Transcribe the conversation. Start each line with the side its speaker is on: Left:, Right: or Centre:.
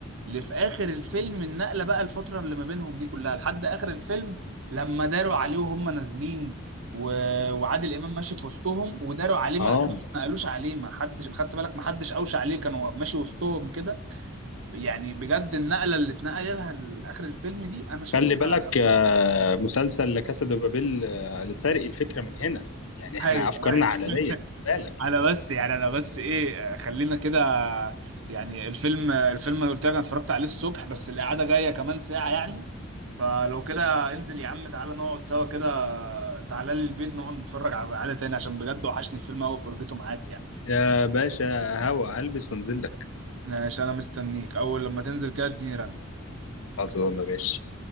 Right: اللي في آخر الفيلم النقلة بقى الفترة اللي ما بينهم دي كلها لحد آخر الفيلم لما داروا عليه وهم نازلين و... وعادل إمام ماشي في وسطهم وداروا عليه ما
Left: اه
Right: قالوش ما قالوش عليه ما حدش خدت بالك ما حدش أوشى عليه كانوا ماشي وسطهم كده يعني بجد النقله اللي اتنقل لها لاخر الفيلم دي انا شايفها
Left: خلي بالك آه، مسلسل لا كاسا دو بابيل آه، لسرق الفكره من هنا يعني احنا
Right: ايوه
Left: افكارنا
Right: ايوه
Left: عالميه
Right: <laughs>
Left: خلي بالك
Right: انا بس يعني انا بس ايه خلينا كده يعني الفيلم الفيلم قلت لك انا اتفرجت عليه الصبح بس القعده جايه كمان ساعه يعني فلو كده انزل يا عم تعالى نقعد سوا كده تعالى لي البيت نقعد نتفرج على قعده تاني عشان بجد وحشني الفيلم قوي فرجته معاك يعني
Left: يا باشا هوا هلبس وانزل لك
Right: ماشي انا مستنيك اول لما تنزل كده اديني رن
Left: خلاص يا ماشي